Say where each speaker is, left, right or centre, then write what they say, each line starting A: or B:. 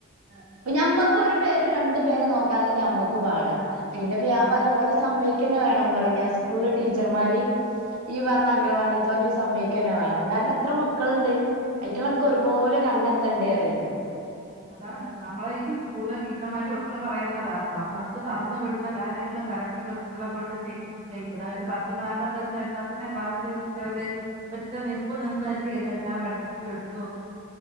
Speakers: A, on the right; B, on the right.
A: ആ, ആ.
B: ഞമ്മക്കൊരു പേര് രണ്ടു പേരെ നോക്കാൻ തന്നെ നമ്മക്ക് പാടാ പിന്നെ പി ഞാൻ പറയും ഓനെ സമ്മയിക്കന്നെ വേണം പറയും സ്കൂൾലെ ടീച്ചർമാരെയും ഈ പറഞ്ഞ അംഗവാടിത്തോലെയും സമ്മയിക്കന്നെ വേണം കാരണം എത്ര മക് മക്കളുണ്ട് അയറ്റൊളൊക്കെ ഒരുപോലെ കണ്ടെത്തെൻണ്ടേർ
A: അതാണ് നമ്മളെ ഈ സ്കൂളിലെ ടീച്ചർമാരും ഒക്കെ പറയുന്നതാണ് നമ്മൾക്ക് തന്നു വിടുന്ന കാര്യങ്ങള് കറക്റ്റ് കൊച്ചുങ്ങളെ കൊണ്ട് ചെയ്യിപ്പിക്കുക ഇവിടെ ഒരു പത്ത് നാല്പത്തഞ്ച് എൺപത്തിന ക്ലാസ്സില ഇരുത്തി അവര് ഒറ്റ നിപ്പ് നിന്നല്ലിയോ ഇതെല്ലാം പഠിപ്പിച്ചുടു <unintelligible>